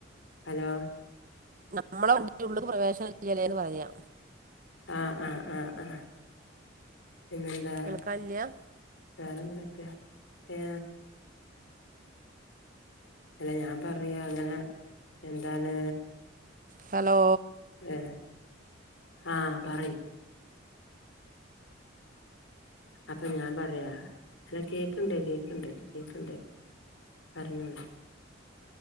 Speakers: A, on the left; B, on the right.
A: ഹലോ
B: നമ്മളെ വണ്ടിള്ള പ്രവേശം ഇില്ലല്ലേന്ന് പറയാ
A: ആഹ് ആഹ് ആഹ് പിന്നെെന്താ
B: കേൾക്കാനില്ല
A: വേറെന്തൊക്കെ ഏ അല്ല ഞാൻ പറയാ അങ്ങനെ എന്താണ്
B: ഹലോ
A: ഏഹ് ആഹ് പറ അപ്പൊ ഞാൻ പറയാ അല്ല കേക്കുണ്ട് കേക്കുണ്ട് കേക്കുണ്ട് അറിഞ്ഞോളി